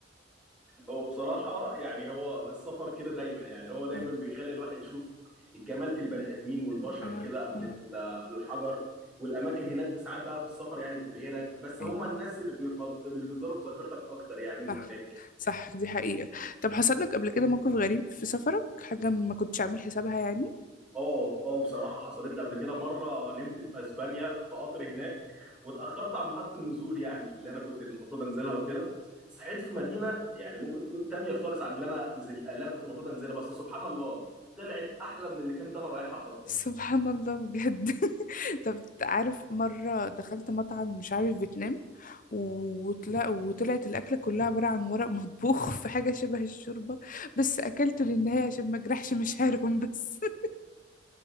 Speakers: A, in the centre; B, on the left.
A: هو بصراحة يعني هو السفر كده دايما يعني هو دايما
B: اه
A: بيخلي الواحد يشوف الجمال في البني آدمين والبشر
B: اه
A: كده قبل
B: اه
A: ال- آه، قبل الحجر والأماكن هناك ساعات بقى في السفر يعني بتبهرك بس هم
B: ايه
A: الناس اللي بيفض... اللي بيفضلوا في ذاكرتك أكتر يعني من الأماكن
B: صح صح دي حقيقة طب حصل لك قبل كده موقف غريب في سفرك حاجة ما كنتش عامل حسابها يعني
A: اه اه بصراحة حصلت لي قبل كده مرة نمت في اسبانيا في قطر هناك واتأخرت عن محطة النزول يعني اللي انا كنت المفروض انزلها وكده صحيت في مدينة يعني ممكن تكون تانية خالص عن اللي انا نزلت اللي انا كنت المفروض انزلها بس سبحان الله طلعت احلى من اللي كنت انا رايحها اصلا
B: سبحان الله بجد <laughs> طب عارف مرة دخلت مطعم مش عارف فيتنام وطلع وطلعت الأكلة كلها عبارة عن ورق مطبوخ <laughs> في حاجة شبه الشوربة بس أكلته للنهاية عشان ما أجرحش مشاعرهم بس <laughs>